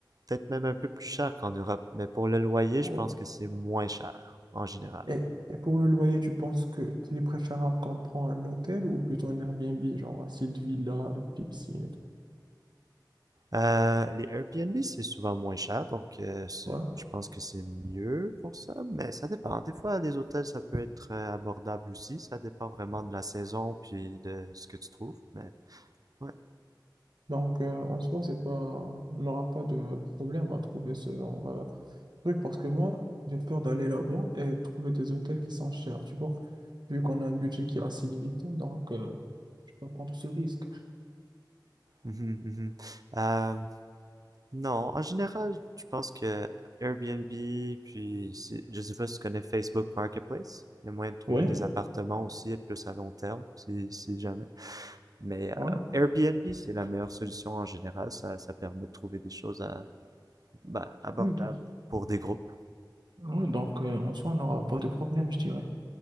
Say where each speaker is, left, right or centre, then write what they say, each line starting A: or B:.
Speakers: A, on the right; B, on the right.
A: peut-être même un peu plus cher qu'en Europe. Mais pour le loyer,
B: Oh.
A: je pense que c'est moins cher en général.
B: Et, et pour le loyer, tu penses que qu'il est préférable qu'on prend un hôtel ou plutôt un Airbnb, genre un style de villa avec piscine et tout?
A: Euh, les Airbnb, c'est souvent moins cher, donc euh, c'est-
B: Ouais.
A: je pense que c'est mieux pour ça, mais ça dépend. Des fois, les hôtels, ça peut être euh, abordable aussi. Ça dépend vraiment de la saison puis de ce que tu trouves, mais ouais.
B: Donc, euh, en soi, c'est pas, on n'aura pas de problème à trouver ce genre euh, de truc parce que moi, j'ai peur d'aller là-bas et de trouver des hôtels qui sont chers, tu vois, vu qu'on a un budget qui est assez limité, donc euh, je peux pas prendre ce risque.
A: Mhm, mhm. Euh, non, en général, je pense que Airbnb, puis si- je sais pas si tu connais Facebook Marketplace. Il y a moyen de trouver
B: Ouais,
A: des appartements aussi, et plus à long terme, si, si jamais. Mais euh,
B: ouais,
A: Airbnb, c'est la meilleure solution en général. Ça, ça permet de trouver des choses à ben, abordable
B: ouais, donc,
A: pour des groupes.
B: ouais, donc euh, en soi, on n'aura pas de problème, je dirais.